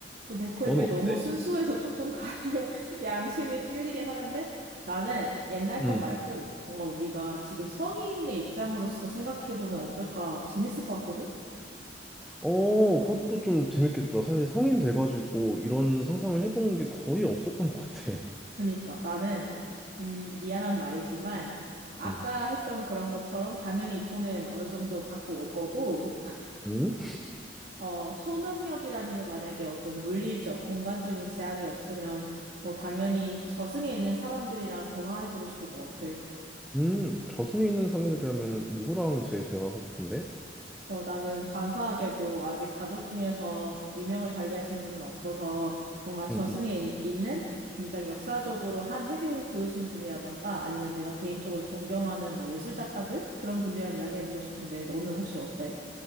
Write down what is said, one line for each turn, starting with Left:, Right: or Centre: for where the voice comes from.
Right: 어, 내 거에
Centre: 너는
Right: 비해 너무
Centre: 어때?
Right: 순수해서 조금 가- <laughs> 양심이 찔리긴 하는데 나는 옛날
Centre: 음.
Right: 거 말고 뭔가 우리가 지금 성인의 입장으로서 생각해보면 어떨까 재밌을 것 같거든?
Centre: 어, 그것도 좀 재밌겠다. 사실 성인 돼가지고 이런 상상을 해본 게 거의 없었던 것 같아.
Right: 그러니까 나는 음, 미안한 말이지만 아까
Centre: 음.
Right: 했던 그런 것처럼 당연히 돈은 어느 정도 갖고 올 거고
Centre: 음?
Right: 어, 초능력이라는 게 만약에 어떤 물리적, 공간적인 제약이 없으면 뭐 당연히 저승에 있는 사람들이랑 대화해보고 싶을 것 같아.
Centre: 음, 저승에 있는 사람들이라면 누구랑 제일 대화하고 싶은데?
Right: 어, 나는 감사하게도 아직 가족 중에서 유명을 달리하신 분은 없어서 뭔가 저승에
Centre: 응응.
Right: 있- 있는 굉장히 역사적으로 한 획을 그으신 분이라던가 아니면 내가 개인적으로 존경하는 뭐 예술 작가들? 그런 분들이랑 이야기해보고 싶은데 너는 혹시 어때?